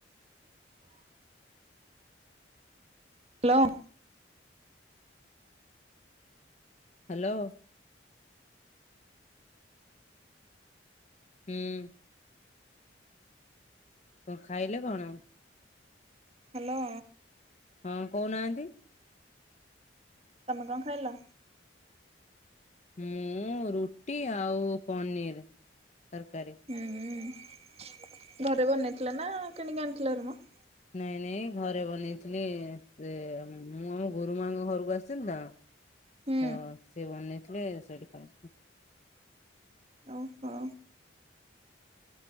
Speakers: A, on the right; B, on the left.
A: Hello.
B: Hello. ହମ୍। କଣ ଖାଇଲେ କଣ?
A: ହ୍ୟାଲୋ।
B: ହଁ କହୁନାହାନ୍ତି।
A: ତମେ କଣ ଖାଇଲ?
B: ମୁଁ ରୁଟି ଆଉ ପନିର ତରକାରୀ।
A: ହୁଁ ଘରେ ବନେଇଥିଲ ନା କିଣିକି ଆଣିଥିଲ ରମ।
B: ନାଇଁ ନାଇଁ ଘରେ ବନେଇଥିଲି ସେ ମୁଁ ଆମ ଗୁରୁ ମାଙ୍କ ଘରକୁ ଆସିଲି ତ।
A: ହୁଁ।
B: ତ ସେଏ ବନେଇଥିଲେ ସେଇଠି ତ।
A: ଓହୋ।